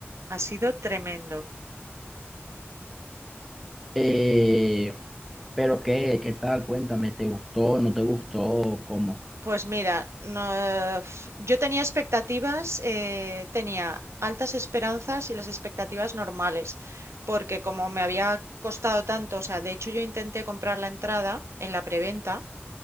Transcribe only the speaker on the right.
Ha sido tremendo.
Pues mira, no, eh, pf, yo tenía expectativas, eh, tenía altas esperanzas y las expectativas normales, porque como me había costado tanto, o sea, de hecho yo intenté comprar la entrada en la preventa